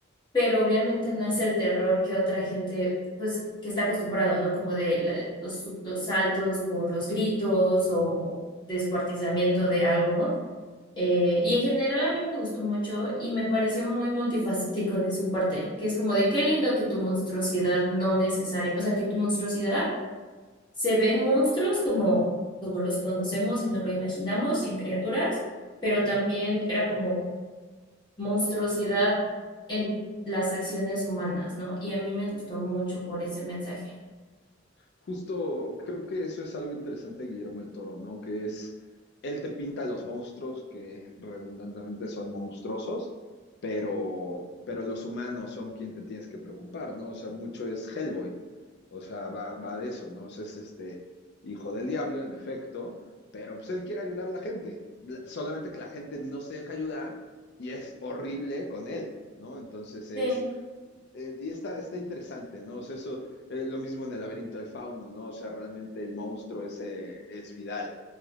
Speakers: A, on the left; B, on the left.
A: pero obviamente no es el terror que otra gente, pues, que está acostumbrado, ¿no? Como de la- los, los saltos por los gritos o descuartizamiento de algo, ¿no? Eh, y en general a mí me gustó mucho y me pareció muy multifacético de su parte, que es como de qué lindo que tu monstruosidad no necesaria, o sea, que tu monstruosidad se ve en monstruos como, como los conocemos y no lo imaginamos y en criaturas, pero también era como monstruosidad en las acciones humanas, ¿no? Y a mí me gustó mucho por ese mensaje.
B: Justo creo que eso es algo interesante de Guillermo el Toro, ¿no? Que es, él te pinta los monstruos que redundantemente son monstruosos, pero, pero los humanos son quien te tienes que preocupar, ¿no? O sea, mucho es Hellboy, o sea, va, va de eso, ¿no? O sea, es este hijo del diablo, en efecto, pero pues él quiere ayudar a la gente, la- solamente que la gente no se deja ayudar y es horrible con él, ¿no? Entonces es
A: Sí,
B: eh, y está, está interesante, ¿no? O sea, eso, eh, lo mismo en el laberinto del fauno, ¿no? O sea, realmente el monstruo ese es Vidal,